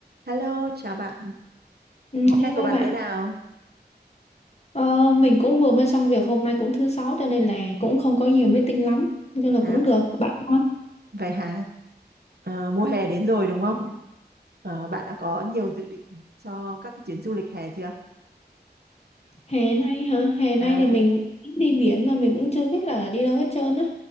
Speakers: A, on the right; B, on the left.
A: Hello, chào bạn.
B: Ừ,
A: Hôm
B: Hello
A: nay của bạn
B: bạn,
A: thế nào?
B: ờ, mình cũng vừa mới xong việc hôm nay cũng thứ sáu cho nên là cũng không có nhiều meeting lắm nhưng là
A: Hả?
B: cũng được bạn không?
A: Vậy hả? Ờ, mùa hè đến rồi đúng không? Ờ, bạn đã có nhiều dự định cho các cái chuyến du lịch hè chưa?
B: Hè nay hả? Hè nay
A: À,
B: thì mình đi biển mà mình cũng chưa biết là đi đâu hết trơn á.